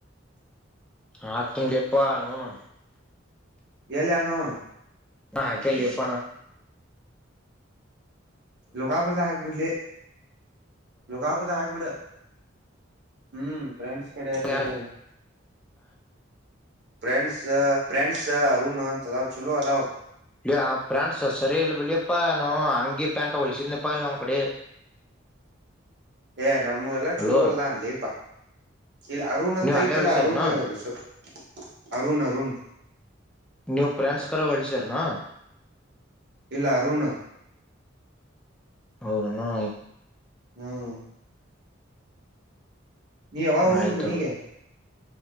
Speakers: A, in the centre; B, on the right.
A: ಹ ತಂಡ ಎಪ್ಪ ನೂನು
B: ಎಲ್ಲಿ ಹಕಾಮ
A: ಹಾ ಹಾಕಲಿಪ
B: ಲೋಕಾಪುರದ ಹಾಕ್ಬಿಡ್ಲೇ ಲೋಕಾಪುರದಾಗ ಹಾಕ್ಬಿಡ ಹ್ಮ್ ಫ್ರೆಂಡ್ಸ್ ಕಡೆಾರ
A: ಯಾರು
B: ಎಲ್ಲಾರ ಪ್ರ್ರೆಂಡಸ್ ಪ್ರ್ರೆಂಡಸ್ ಅರುಣ ಅಂತದಾವ ಚಛಲೋ ಅದಾವ
A: ಇ ್ರ್ಯಾಂಡ್ಸ್ ಸರಿ ಇಲ್ಲ ಬಿಲಪ್ಪಾ ನ ಹಂಗಿ ಪ್ಯಾಂಟ್ ಹೊಳಸಿದನಿಪ್ಪಾ ಒ್ ಕಡೆ <inaudible>
B: ಏ ನಮ್ಮ ಎಲ್ಲಾ ಚಛಲೋ
A: ಅಲೋ
B: ಅಲ್ಲ್ಲ ನ್ಲಿಪ ಇಲ್ಲಿ ಅರುಣ ಅಂತ
A: ನೀವ್ ಅಲ್ಲೇ
B: ಇಲ್ಲ
A: ಹೊಲ್ಸಿರನ
B: ಅರುಣ ಕಡೆ ಹಲ ಸರ್ ಅರಋಣ ಅರುಋಣ
A: ನೀವ್ ಫ್ರೆಂಡ್ಸ್ ಕರ ಹೊಲ್ಸಿರನ
B: ಇಲ್ಲಾರುಣ
A: ಹೌದನ್ನಾ
B: ಹ್ಮ್ ನೀ ಯಾವಾಗ ಹೋದ್
A: ಆಯ್ತಲ್ಲ
B: ಮನಗೆ